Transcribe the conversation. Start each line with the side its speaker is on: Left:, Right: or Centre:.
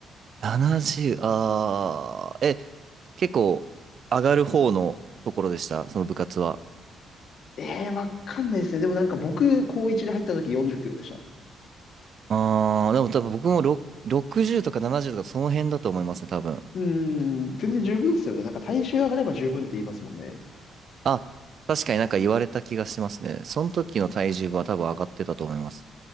Right: 70、あー、え、結構上がる方のところでした、その部活は。
Left: えー、わかんないですね。でもなんか僕、高1で入った時40キロでした。
Right: あー、でも多分僕もろ60とか70とかその辺だと思いますね、多分。
Left: うーん、全然十分ですよね。なんか体重上がれば十分って言いますもんね。
Right: あ、確かになんか言われた気がしますね。その時の体重は多分上がってたと思います。